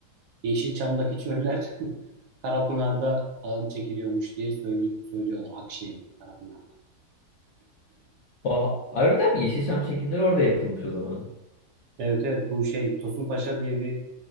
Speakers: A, on the right (about 80°); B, on the left (about 60°).
A: Yeşilçam'daki çöller <laughs> Karapınar'da falan çekiliyormuş diye söylü- söylüyorlar. Akşehir'de, Karapınar'da.
B: Aha, harbiden mi? Yeşilçam çekimleri orada yapılmış o zaman.
A: Evet evet bu şey Tosun Paşa diye bir